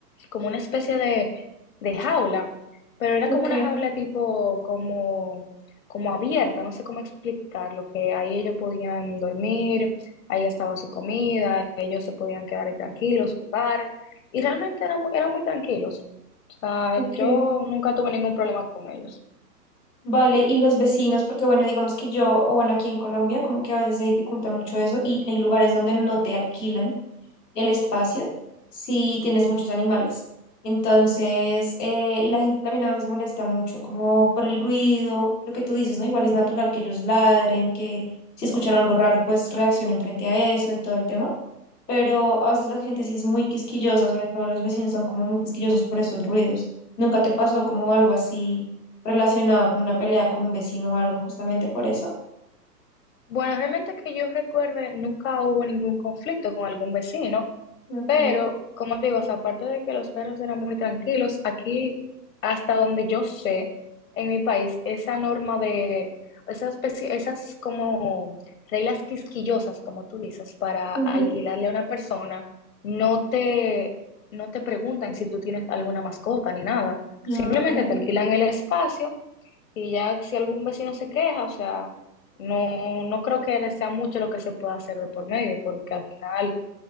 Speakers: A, on the left; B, in the centre.
A: como una especie de, de jaula, pero era
B: ok,
A: como una jaula tipo como, como abierta, no sé cómo explicarlo, que ahí ellos podían dormir, ahí estaba su comida, ellos se podían quedar ahí tranquilos, jugar, y realmente eran, mu- eran muy tranquilos. O sea,
B: ok.
A: yo nunca tuve ningún problema con ellos.
B: Vale, y los vecinos, porque bueno, digamos que yo, o bueno, aquí en Colombia, como que a veces se dificulta mucho eso y hay lugares donde no te alquilan el espacio si tienes muchos animales. Entonces, eh, y la gente también a veces molesta mucho, como por el ruido, lo que tú dices, ¿no? Igual es natural que ellos ladren, que si escuchan algo raro, pues reaccionen frente a eso y todo el tema pero a veces la gente sí es muy quisquillosa, sobre todo los vecinos son como muy quisquillosos por esos ruidos. ¿Nunca te pasó como algo así relacionado con una pelea con un vecino o algo justamente por eso?
A: Bueno, realmente que yo recuerde, nunca hubo ningún conflicto con algún vecino.
B: Okay.
A: Pero, como te digo, o sea, aparte de que los perros eran muy tranquilos, aquí, hasta donde yo sé, en mi país, esa norma de esas, especi- esas como reglas quisquillosas, como tú dices, para
B: ujú,
A: alquilarle a una persona, no te, no te preguntan si tú tienes alguna mascota ni nada. Simplemente
B: ah, Okay.
A: te alquilan el espacio y ya si algún vecino se queja, o sea, no, no creo que sea mucho lo que se pueda hacer de por medio, porque al final